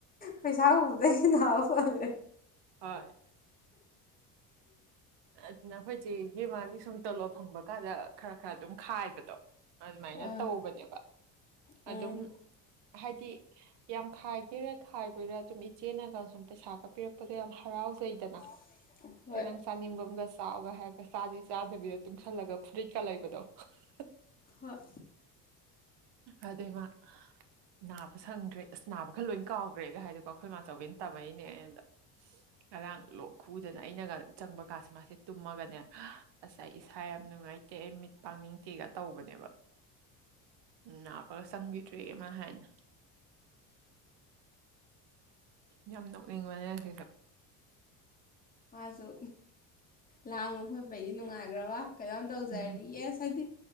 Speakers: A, on the left; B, on the right.
A: ꯄꯩꯁꯥ ꯎꯕꯗꯩꯒꯤ ꯅꯥꯕ ꯐꯒ꯭ꯔꯦ
B: ꯍꯣꯏ ꯑꯗꯨꯅ ꯑꯩꯈꯣꯏꯆꯦꯒꯤ ꯃꯥꯅꯤ ꯁꯨꯝ ꯇꯣꯂꯣꯞ ꯐꯪꯕ ꯀꯥꯟꯗ ꯈꯔ ꯈꯔ ꯑꯗꯨꯝ ꯈꯥꯏꯕꯗꯣ ꯑꯗꯨꯃꯥꯏꯅ
A: ꯑꯥ
B: ꯇꯧꯕꯅꯦꯕ
A: ꯎꯝ
B: ꯑꯗꯨꯝ ꯍꯥꯏꯗꯤ ꯌꯥꯝ ꯈꯥꯏꯒꯦꯔ ꯈꯥꯏꯔꯣꯏꯔ ꯑꯗꯨꯝ ꯏꯆꯦꯅꯒ ꯁꯨꯝ ꯄꯩꯁꯥꯒ ꯄꯤꯔꯛꯄꯗꯣ ꯌꯥꯝ ꯍꯔꯥꯎꯖꯩꯗꯅ
A: <inaudible>
B: ꯁꯦ ꯅꯪ ꯆꯥꯅꯤꯡꯕꯝꯒ ꯆꯥꯎꯒ ꯍꯥꯏꯔꯒ ꯆꯥꯗꯤ ꯆꯥꯗꯕꯤꯗ ꯇꯨꯡꯁꯜꯂꯒ ꯐꯨꯔꯤꯠꯀ ꯂꯩꯕꯗꯣ <unintelligible>
A: ꯍꯣꯏ
B: ꯑꯗꯨꯏꯃꯥ ꯅꯥꯕ ꯁꯪꯗ꯭ꯔꯦ ꯑꯁ ꯅꯥꯕ ꯈꯥ ꯂꯣꯏꯟ ꯀꯥꯎꯒ꯭ꯔꯦꯒ ꯍꯥꯏꯗꯤꯀꯣ ꯑꯩꯈꯣꯏ ꯃꯥꯆꯧꯕꯤꯅ ꯇꯝꯃꯛꯏꯅꯦ ꯑꯩꯉꯣꯟꯗ ꯉꯔꯥꯡ ꯂꯣꯛ ꯈꯨꯗꯅ ꯑꯩꯅꯒ ꯆꯪꯕ ꯀꯥꯟꯁꯤ ꯃꯥꯁꯦ ꯇꯨꯝꯃꯒꯅꯦ ꯑꯁ ꯑꯩ ꯏꯁꯥ ꯌꯥꯝ ꯅꯨꯡꯉꯥꯏꯇꯦ ꯑꯩ ꯃꯤꯠ ꯄꯥꯡꯅꯤꯡꯇꯦꯒ ꯇꯧꯕꯅꯦꯕ ꯅꯥꯕꯒ ꯆꯪꯕꯤꯗ꯭ꯔꯦꯌꯦ ꯃꯥ ꯍꯥꯏꯅꯤ ꯌꯥꯝ ꯅꯣꯛꯅꯤꯡꯕꯅꯦ ꯑꯁꯤꯁꯨ
A: ꯃꯥꯖꯨ ꯂꯥꯡꯕ ꯈꯣꯠꯄꯩꯗꯤ ꯅꯨꯡꯉꯥꯏꯒ꯭ꯔꯥꯕ ꯀꯩꯅꯣꯝ ꯇꯧꯖꯦ
B: ꯎꯝ
A: ꯍꯥꯏꯔꯗꯤ ꯌꯦꯁ ꯍꯥꯏꯗꯤ